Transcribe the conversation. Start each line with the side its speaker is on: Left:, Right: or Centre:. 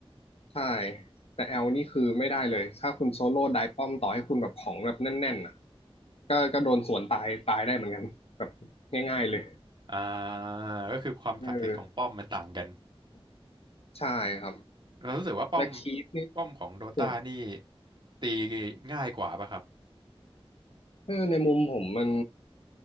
Left: ใช่แต่แอลนี่คือไม่ได้เลยถ้าคุณโซโล่ไดป้อมต่อให้คุณแบบของแบบแน่นๆอ่ะก็ก็โดนสวนตายตายได้เหมือนกันแบบง่ายๆเลย
Right: อ่าก็คือความศักดิ์สิทธิ์ของป้อมมันต่างกัน
Left: เออใช่ครับ
Right: เรารู้สึกว่าป้อม
Left: และคีปนี่
Right: ป้อมของโดตานี่
Left: โหด
Right: ตีง่ายกว่าป่ะครับ
Left: เออในมุมผมมัน